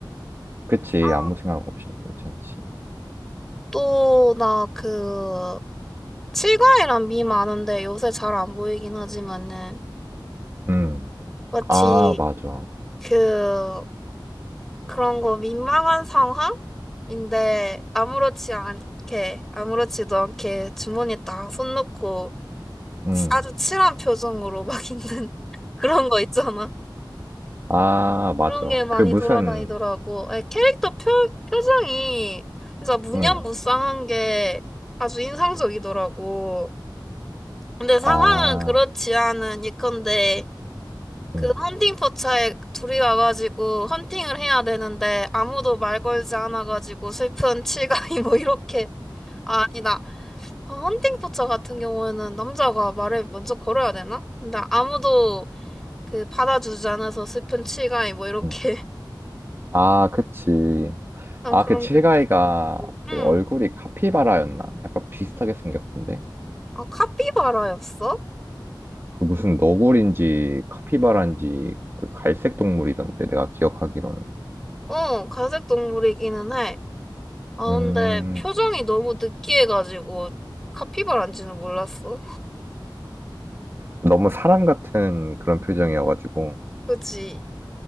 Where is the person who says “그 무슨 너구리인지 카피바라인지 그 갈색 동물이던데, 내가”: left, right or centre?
Right